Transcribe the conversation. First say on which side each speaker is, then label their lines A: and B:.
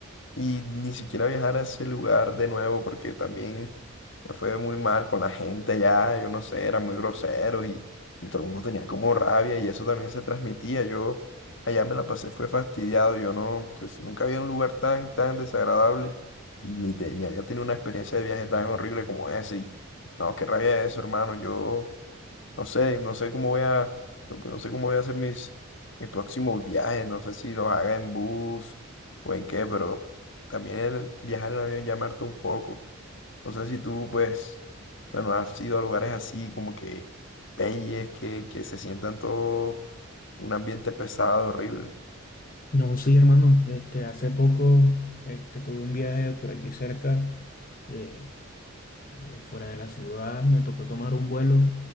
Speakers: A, on the left (about 60°); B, on the left (about 40°).
A: y ni siquiera viajar a ese lugar de nuevo porque también me fue muy mal con la gente allá, yo no sé, eran muy groseros y, y todo el mundo tenía como rabia y eso también se transmitía. Yo allá me la pasé, fue fastidiado, yo no, pues nunca había un lugar tan, tan desagradable y ni, te- ni había tenido una experiencia de viaje tan horrible como ese y no, qué rabia eso, hermano, yo... No sé, no sé cómo voy a, no no sé cómo voy a hacer mis, mis próximos viajes, no sé si los haga en bus o en qué, pero también el viajar en avión ya me hartó un poco. No sé si tú, pues, bueno, has ido a lugares así como que peyes, que, que se sientan todo un ambiente pesado, horrible.
B: No, sí, hermano, este, hace poco, este, tuve un viaje por aquí cerca. eh, eh, fuera de la ciudad, me tocó tomar un vuelo